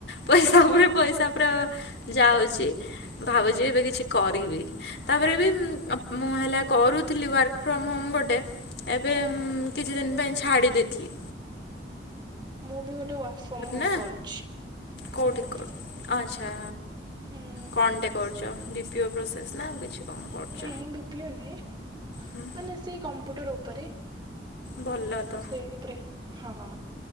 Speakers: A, on the left; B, on the right.
A: ପଇସା
B: ହୁଁ
A: ପରେ
B: ହୁଁ
A: ପଇସା ପୁରା ଯାଉଛି ଭାବୁଛି ଏବେ କିଛି କରିନି ତାପରେ ବି ମୁଁ ହେଲା କରୁଥିଲି ୱା ଫର୍ମ ହୋମ ଗୋଟେ ଏବେ
B: ହୁଁ
A: ମ୍
B: ହୁଁ ହୁଁ
A: କିଛି ଦିନ ପାଇଁ ଛାଡିଦେ ଦେଖ
B: ମୁଁ ବି ଗୋଟେ ୱାର୍କ ଫର୍ମ ହୋମ
A: ନା
B: କରୁଛି
A: କେଉଁଠି
B: ହୁଁ।
A: ଆଚ୍ଛା।
B: ହୁଁ
A: କଣଟେ କରୁ ଛ ବିପିଓ ପ୍ରୋସେସ୍ ନା ଆଉ କିଛି କ'ଣ କରୁଛ
B: ନାଇଁ ବିପିଓ ନୁହେ।
A: ହୁଁ
B: ମାନେ ସେଇ କମ୍ପୁଟର ଉପରେ
A: ଭଲ ତ
B: ସେଇଉପରେ ହଁ।